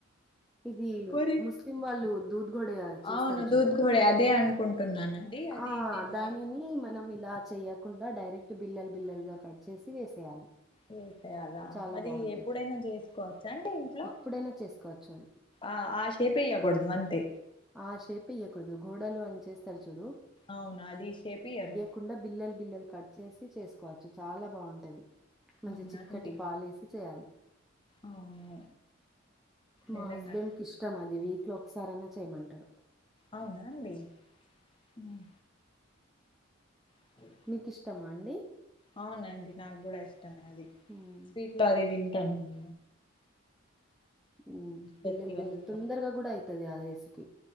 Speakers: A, in the centre; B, on the left.
A: ఇది
B: మరి
A: ముస్లిం వాళ్ళు దూద్ గోడయా చేస్తారు
B: అవును
A: చూడు
B: దూద్ ఘోడే అదే అనుకుంటున్నానండి అది
A: ఆ
B: నేను
A: దానిని మనం ఇలా చెయ్యకుండా డైరెక్ట్ బిల్లలు బిల్లలు గా కట్ చేసి వేసేయాలి
B: చేసేయాలా
A: చాలా
B: అది
A: బావుంటది.
B: ఎప్పుడైనా చేసుకోవచ్చా అండి ఇంట్లో
A: ఎప్పుడైనా చేసుకోవచ్చు అది.
B: ఆ ఆ షేపుయ్యకూడదు అంతే
A: ఆ షేప్ ఏయ్యకూడదు గోడలు అని చేస్తారు చూడు
B: అవునా అది షేపియర్
A: కుండా బిల్లలు బిల్లలు కట్ చేసి చేసుకోవచ్చు చాలా బాగుంటది మంచి
B: అవునాండి
A: చిక్కటి పాలేసి చేయాలి
B: అవును
A: మా
B: నిజంగా
A: హస్బెండ్ కి ఇష్టం అది వీక్ లో ఒకసారన్న చేయమంటడు
B: అవునా అండి హ్మ్ అ
A: మీకు ఇష్టమా అండి
B: అవునండి నాకు కూడా ఇష్టమే అది
A: ఉమ్
B: స్వీట్ లో అది తింటాను <inaudible>
A: ఉమ్
B: ఫెస్టివల్స్లో
A: బిల్ల్ బిల్లల్ తొందరగా కూడా అయితది అ రెసిపీ